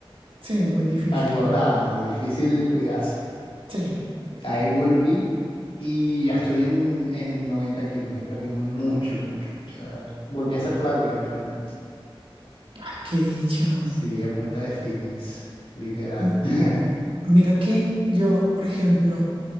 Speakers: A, on the right; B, on the left.
A: sí, muy difícil.
B: para engordar, ¿no? Difícil cuidarse.
A: Sí,
B: Ahí volví y ya estoy en, en 90 kilos. He perdido mucho, mucho, mucho. O sea, volví a ser flaco literalmente.
A: ay, qué dicha.
B: Sí, a punta de fitness, literal.
A: M-
B: <laughs>
A: Mira que yo, por ejemplo,